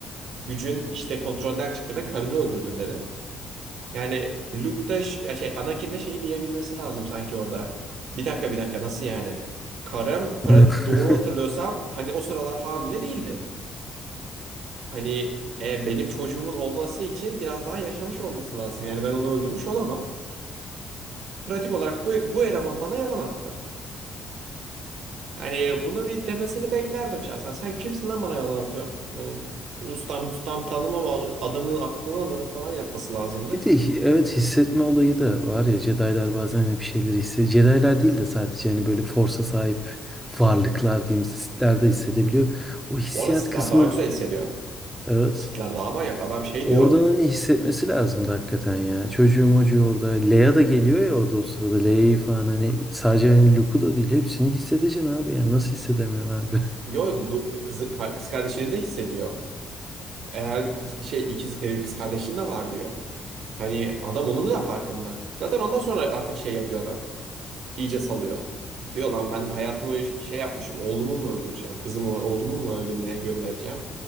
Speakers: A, on the right (about 75°); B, in the centre.
A: Gücün işte kontrolden çıktı ve karını öldürdün dedi. Yani Luke da ş- ya şey Anakin de şey diyebilmesi lazım sanki orada. Bir dakika bir dakika nasıl yani? Karım para
B: Ne? <laughs>
A: doğru hatırlıyorsam hani o sıralar hamile değildi. Hani e, benim çocuğumun olması için biraz daha yaşamış olması lazım. Yani ben onu öldürmüş olamam. Pratik olarak bu, bu eleman bana yalan attı. Hani bunu bir demesini beklerdim şahsen. Sen kimsin lan bana yalan atıyorsun? Hani ustam ustam tanımam al- adamı aklını alırım falan yapması lazımdı.
B: Bir de hi- evet hissetme olayı da var ya Jedi'lar bazen hani bir şeyleri hissediyor. Jedi'lar değil de sadece hani böyle Force'a sahip varlıklar diyeyim Sith'ler de hissedebiliyor. O hissiyat
A: Bu arada sitler
B: kısmı
A: daha güzel hissediyor.
B: evet.
A: Sitler daha manyak. Adam şey
B: Oradan
A: diyor.
B: hani hissetmesi lazımdı hakikaten
A: "Hı,
B: ya. Çocuğum acıyor orada. Leia da geliyor ya orada o sırada. Leia'yı falan hani sadece hani Luke'u da değil. Hepsini hissedeceksin abi ya. Nasıl hissedemiyorsun abi?
A: Yo Lu- kızı, ka- kız kardeşini de hissediyor. Eğer kız, şey ikiz, e, kız kardeşin de var diyor. Hani adam onun da farkında. Zaten ondan sonra artık şey yapıyor adam. İyice salıyor. Diyor lan ben hayatımı şey yapmışım. Oğlumu mu öldüreceğim? Kızımı, oğlumu mu ölümüne göndereceğim?